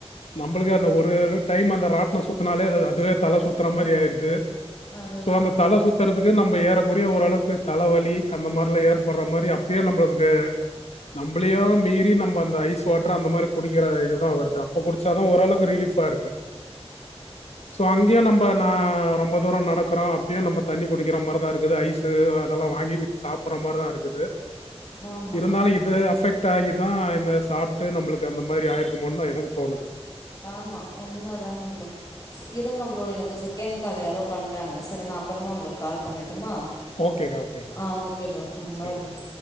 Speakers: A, on the left; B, on the left.
A: நம்மளுக்கே அந்த ஒரு டைம் அந்த ராட்டனம் சுத்துனாலே அது அதுவே தலை சுத்தற மாதிரி ஆயிடுது
B: அதுதா
A: சோ அந்த தல சுத் த்துறதுக்கு நம்ம ஏறக்குறைய ஓரளக்கு தலவலி அந்த மாறில ஏற்படற மாரி அப்பயே நம்மளுக்கு நம்மளையோ மீறி நம்ம அந்த ஐஸ் வாட்டர் அந்த மாறி குடிக்கற இதுதா வருது அப்ப குடிச்சாதா ஒரளவுக்கு ரிலீஃபா இருக்கு சோ அங்கேயு நம்ப நா ரொம்ப தூரோ நடக்கறோ அப்பயும் நம்ம தண்ணி குடிக்கற மாறிதா இருக்குது ஐஸு அதெல்லா வாங்கி சாப்பட்ற மாரி தா இருக்குது
B: ஆமா
A: இருந்தாலு இது அஃபெக்ட் ஆகி தா இந்த சாப்ட்டு நம்மளுக்கு அந்த மாரி ஆய்ருக்குமோன்னு தா எனக்கு தோணுது
B: ஆமா உண்ம தாங்க ப்ரோ செ இருங்க ப்ரோ எனக்கு செகண்ட் கால் யாரோ பண்றாங்க செரி நா அப்புறமா உங்களுக்கு கால் பண்ணட்டுமா
A: ஓகேக்கா ஓகேக்கா
B: ஆஹ் ஓகே ப்ரோ ம்
A: சரிங்கக்கா
B: பாய்